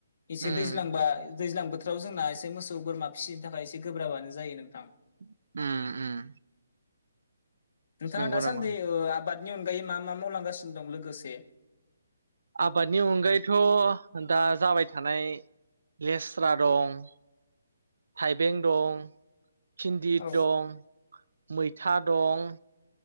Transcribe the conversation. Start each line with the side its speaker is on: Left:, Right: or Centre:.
Left: एसे
Right: उम
Left: दैज्लांबा दैज्लां बोथोराव जोंना एसे मोसौ बोरमा फिसिनो थाखाय एसे गोब्राबानो जायो नोंथां।
Right: उम उम।
Left: नोंथाङा
Right: नंगौ
Left: दासान्दि
Right: नामा
Left: ओ आबाद बेनि अनगायै मा मा मावलांगासिनो दं लोगोसे
Right: आबादनि अनगायैथ दा जाबाय थानाय लेस्रा दं। थाइबें दं। फिन्दि
Left: औ
Right: दं। मैथा दं